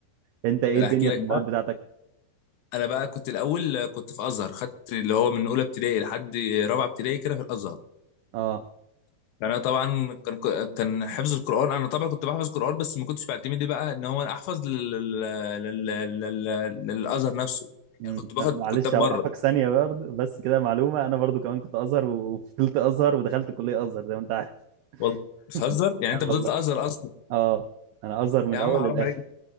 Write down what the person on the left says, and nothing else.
انا
احكي لك
بقى
انا بقى كنت الاول كنت في ازهر خدت اللي هو من اولى ابتدائي لحد رابعه ابتدائي كده في الازهر
فانا طبعا كان كان حفظ القران انا طبعا كنت بحفظ قران بس ما كنتش بعتمد إيه بقى ان هو انا احفظ لل... لل... لل... لل... للازهر نفسه
يعني كنت باخد
كتاب
بره
والله بتهزر
يعني انت
فضلت
ازهر اصلا
يا
عم حرام
عليك